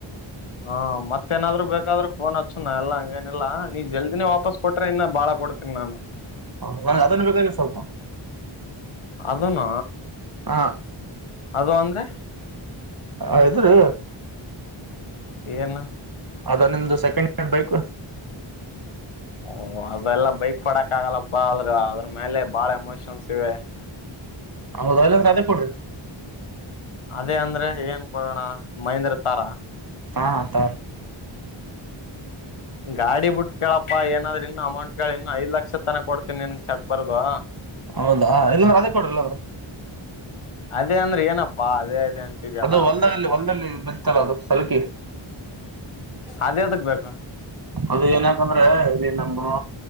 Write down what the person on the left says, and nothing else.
ಹಾ ಮತ್ತೇನಾದ್ರು ಬೇಕಾದ್ರರು ಫೋನ್ ಹಚ್ಚುನ ಎಲ್ಲ ಹಂಗೇನಿಲ್ಲಾ ನೀ ಜಲ್ದಿನೇ ವಾಪಸ್ ಕೊಟ್ರೆ ಇನ್ನ ಬಾಳ ಕೊಡ್ತೀನಿ ನಾನು
ಅದನು
ದೋ ಅಂದ್ರೆ
ಏನು
ಓ ಅದೆಲ್ಲ ಬೈಕ್ ಪಡಕ್ ಆಗಲ್ಲಪ್ಪ ಆದ್ರ ಅದ್ರ ಮೇಲೆ ಬಾಳ ಎಮೋಷನ್ಸ್ ಇವೆ
ಅದೇ ಅಂದ್ರೆ ಏನ್ ಕೊಡೋಣ ಮಹಂದ್ರ ತಾರ
ಗಾಡಿ ಬಿಟ್ ಕೇಳಪ್ಪಾ ಏನಾದ್ರರು ಇನ್ನು ಅಮೌಂಟ್ ಕೇಳ ಇನ್ನು ಐದ ಲಕ್ಷ ತನ ಕೊಡ್ತೀನಿ ನನ್ ಚಕ್ ಬರ್ದು
ಅದೇ ಅಂದ್ರೆ ಏನಪ್ಪಾ ಅದೇ ಅದೇ ಅಂತಿದ್ಯಲ್ಲ
ಬರೇನೇನ
ಅದೇ ಅದಕ್ ಬೇಕು